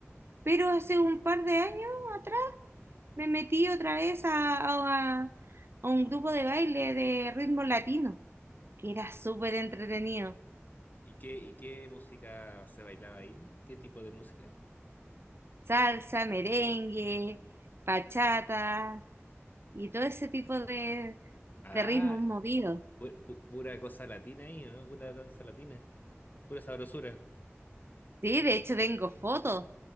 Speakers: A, on the right; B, on the left.
A: Pero hace un par de años atrás me metí otra vez a, a- a- a un grupo de baile de ritmo latino, que era súper entretenido.
B: y qué, y qué música se bailaba ahí? ¿Qué tipo de música?
A: Salsa, merengue, bachata y todo ese tipo de,
B: Ah,
A: de ritmos movidos.
B: pu- pu- pura cosa latina ahí, ¿no? Pura danza latina, pura sabrosura.
A: Sí, de hecho tengo fotos,